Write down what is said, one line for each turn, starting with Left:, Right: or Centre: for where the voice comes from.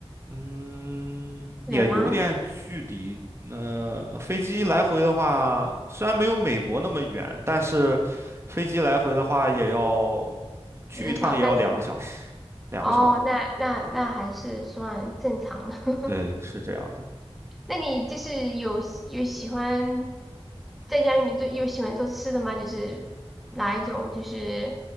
Right: 嗯，
Centre: 远吗？
Right: 也有点距离。呃，飞机来回的话，虽然没有美国那么远，但是飞机来回的话，也要去一趟也要两个小时，
Centre: 几个小三四个？
Right: 两个小时。
Centre: 哦，那那那还是算正常的。<laughs>
Right: 对，是这样的。
Centre: 那你就是有有喜欢在家里面做，有喜欢做吃的吗？就是哪一种？就是